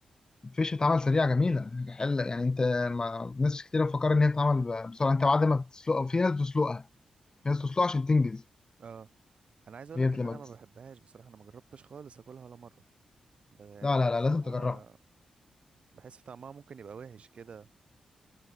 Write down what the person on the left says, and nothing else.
الفيش بتتعمل سريعة جميلة حلة يعني أنت ما ناس كتير بتفكر إن هي بتتعمل ب- بسرعة أنت بعد ما بتسلقها في ناس بتسلقها في ناس بتسلقها عشان تنجز
هي
لما
تس...
لا
لا لا لازم تجربها